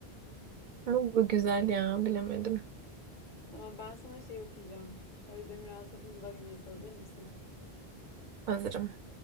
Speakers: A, on the right; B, on the left.
A: Ama bu güzel ya bilemedim.
B: Tamam ben sana şey okuyacağım. Özdemir Asaf'ın Lavinya'sı hazır mısın?
A: Hazırım.